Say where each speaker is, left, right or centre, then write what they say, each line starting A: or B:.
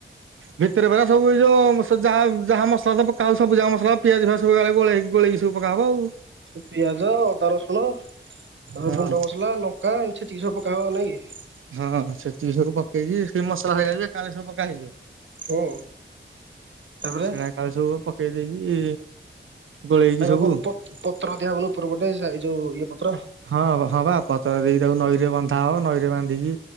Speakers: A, on the right; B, on the right.
A: ଭିତରେ ପରା ସବୁ ଏ ଯୋଉ ଯାହା ଯାହା ତ ପକାହବ ସବୁଯାକ ମସଲା ପିଆଜ ସବୁଜା ମସଲା ପିଆଜିଆବୁ ଗା ଗଳେଇ ଗଳେଇକ ସବ ପକା ହବ ଆଉ।
B: ପିଆଜ ଅଦା ରସୁଣ ଆଉ
A: ହଁ
B: ଗୁଣ୍ଡ ମସଲା ଲଙ୍କା ଏ ଛତିି ସବୁ କାଣ ନାଇଁ କି
A: ହଁ ଛେଚି କି ସବୁ ପକେଇଛିିବ ସେ ମସଲା ହେଇଯାଉିବ କାଳେଲି ସବୁ ପକା ହେଇଯିବ
B: ହୁଁ ତାପରେ
A: ସେୟ କାଲେ ସବୁ ଦେଇକି ଗୋଳେଇକି
B: ରାକ
A: ସବୁ
B: ପଟ ପତ୍ର ଦିଆବନ ଉପର ପଟେ ଯୋଉ ଇଏ ପତ୍ର
A: ହଁ ହଁ ବା ପ ତ ଦେଇକି ତାକୁ ନଈରେ ବନ୍ଧା ହବ ନଈରେ ବାନ୍ଧିକି